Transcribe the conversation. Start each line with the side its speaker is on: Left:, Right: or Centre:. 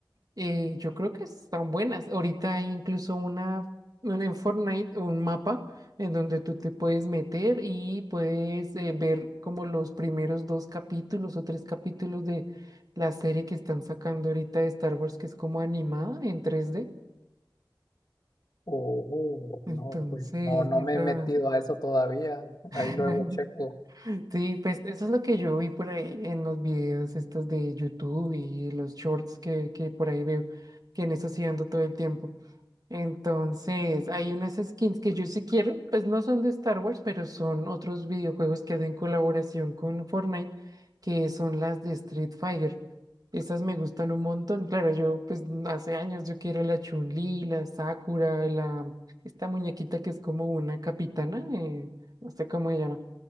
Right: Eh, yo creo que están buenas. Ahorita hay incluso una, una en Fortnite, un mapa en donde tú te puedes meter y puedes eh, ver como los primeros dos capítulos o tres capítulos de la serie que están sacando ahorita de Star Wars, que es como animada en 3D.
Left: oh,
Right: Entonces,
Left: no, pues no, no
Right: esa-
Left: me he metido a eso todavía.
Right: <laughs>
Left: Ahí luego checo.
Right: sí, pues eso es lo que yo vi por ahí en los videos estos de YouTube y los shorts que, que por ahí veo, que en eso sí ando todo el tiempo. Entonces, hay unas skins que yo sí quiero, pues no son de Star Wars, pero son otros videojuegos que hacen colaboración con Fortnite, que son las de Street Fighter. Esas me gustan un montón. Claro, yo pues hace años yo quiero la Chun-Li, la Sakura, la esta muñequita que es como una capitana, eh, no sé cómo se llama.